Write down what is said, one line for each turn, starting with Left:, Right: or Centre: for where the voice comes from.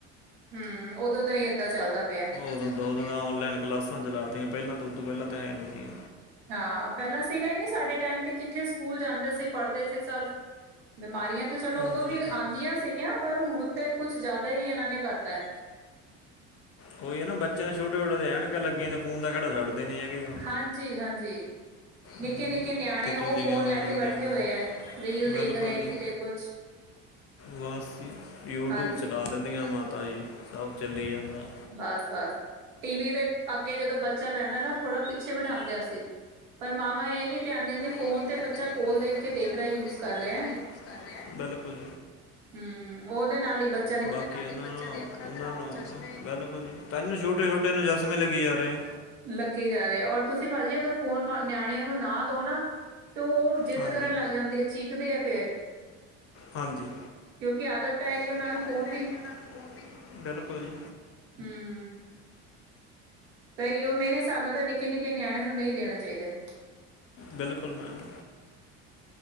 Right: ਹਮ ਉਦੋਂ ਤੋਂ ਦਾ ਹੀ ਏਦਾਂ ਚੱਲਦਾ ਪਿਆ
Left: ਉਦੋਂ ਦਾ ਉਦੋਂ ਦਾ ਔਨਲਾਈਨ ਕਲਾਸਾਂ ਚਲਾਤੀਆਂ ਪਹਿਲਾਂ ਤਾਂ ਉਦੋਂ ਪਹਿਲਾਂ ਤਾਂ ਹੈ ਨੀ ਸੀ ਆਂ
Right: ਹਾਂ। ਪਹਿਲਾਂ ਸੀਗਾ ਹੀ ਨਹੀਂ ਸਾਡੇ ਟਾਈਮ ਤੇ ਕਿੱਥੇ ਸਕੂਲ ਜਾਂਦੇ ਸੀ ਪੜ੍ਹਦੇ ਸੀ ਸਭ ਬਿਮਾਰੀਆਂ ਤੇ ਚਲੋ
Left: ਹਾਂਜੀ
Right: ਉਦੋਂ ਵੀ ਆਉਂਦੀਆਂ ਸੀਗੀਆਂ ਪਰ ਹੁਣ ਤੇ ਕੁਛ ਜ਼ਿਆਦਾ ਹੀ ਇਹਨਾਂ ਨੇ ਕਰਤਾ ਹੈ
Left: ਕੋਈ ਹੈ ਨਾ ਬੱਚਿਆਂ ਛੋਟੇ ਛੋਟੇ ਐਨਕਾ ਲੱਗੀਆਂ ਨੇ ਫੋਨ ਦਾ ਖੇੜਾ ਛੱਡਦੇ ਨਹੀਂ ਹੈਗੇ, ਉਹ।
Right: ਹਾਂਜੀ- ਹਾਂਜੀ। ਨਿੱਕੇ-
Left: ਹਮ,
Right: ਨਿੱਕੇ ਨਿਆਣੇ
Left: ਤੇ
Right: ਉਹ
Left: ਤੁਸੀਂ
Right: ਫੋਨ
Left: ਕਿਉਂ
Right: ਲੈ ਕੇ
Left: ਹਾਂਜੀ
Right: ਬੈਠੇ
Left: ਹਾਂ।
Right: ਹੋਏ ਹੈ। ਰੀਲ ਦੇਖ
Left: ਬਿਲਕੁਲ
Right: ਰਹੇ ਹੈ
Left: ਜੀ
Right: ਕਿਤੇ ਕੁਛ।
Left: ਬਸ ਜੀ ਯੂਟਿਊਬ
Right: ਹਾਂਜੀ
Left: ਚਲਾ ਦਿੰਦੇ ਆ ਮਾਤਾ ਜੀ, ਸਭ ਚੱਲੀ ਜਾਂਦਾ।
Right: ਬਸ- ਬਸ। ਟੀ ਵੀ ਦੇ ਅੱਗੇ ਜਦੋਂ ਬੱਚਾ ਬਹਿੰਦਾ ਨਾ ਥੋੜਾ ਪਿੱਛੇ ਬਿਠਾਉਦੇ ਸੀ, ਪਰ ਮਾਵਾਂ ਇਹ ਨੀ ਧਿਆਨ ਦਿੰਦੀ ਫੋਨ
Left: ਇਹ ਨੀ
Right: ਤੇ
Left: ਧਿਆਨ
Right: ਬੱਚਾ
Left: ਦਿੰਦੇ
Right: ਕੋਲ
Left: ਫੋਨ
Right: ਦੇਖ
Left: ਤੇ
Right: ਕੇ
Left: ਬੱਚਾ
Right: ਰਿਹਾ
Left: ਕੋਲ
Right: ਯੂਜ
Left: ਦੇਖ
Right: ਕਰ
Left: ਕੇ ਦੇਖ
Right: ਰਿਹਾ।
Left: ਕੀ ਕੁਝ ਕਰ ਰਿਹਾ, ਬਿਲਕੁਲ।
Right: ਹੂੰ ਉਹਦੇ ਨਾਲ ਹੀ ਬੱਚ
Left: ਬਾਕੀ ਇਹਨਾਂ ਨੂੰ ਉਹਨਾਂ ਨੂੰ ਬਿਲਕੁਲ ਜੀ ਤਾਇਓ ਛੋਟੇ- ਛੋਟੇ ਚਸਮੇ ਲੱਗੀ ਜਾ ਰਹੇ ਆ।
Right: ਲੱਗੀ ਜਾ ਰਹੇ ਔਰ ਤੁਸੀਂ ਭਾਜੀ ਅਗਰ ਫੋਨ ਨਿਆਣਿਆਂ ਨੂੰ ਨਾ ਦਿਓ ਨਾ ਤੇ ਉਹ ਜਿੱਦ
Left: ਹਾਂਜੀ
Right: ਕਰਨ ਲੱਗ ਜਾਂਦੇ ਚੀਕਦੇ ਆ ਫੇਰ।
Left: ਹਾਂਜੀ।
Right: ਕਿਉਕਿ ਆਦਤ ਪੈ ਗਈ
Left: ਕਿਉਕਿ
Right: ਉਹਨਾਂ ਨੂੰ
Left: ਆਦਤ
Right: ਫੋਨ
Left: ਪੈ
Right: ਦੀ
Left: ਗਈ ਉਹਨਾ ਨੂੰ ਫੋਨ ਦੀ, ਬਿਲਕੁਲ ਜੀ।
Right: ਹੂੰ। ਤਾਂਈ ਉਹ ਮੇਰੇ ਹਿਸਾਬ ਨਾਲ ਤਾਂ ਨਿੱਕੇ-ਨਿੱਕੇ ਨਿਆਣਿਆਂ ਨੂੰ ਨਹੀਂ ਦੇਣੇ ਚਾਹੀਦੇ।
Left: ਬਿਲਕੁਲ ਮੈਮ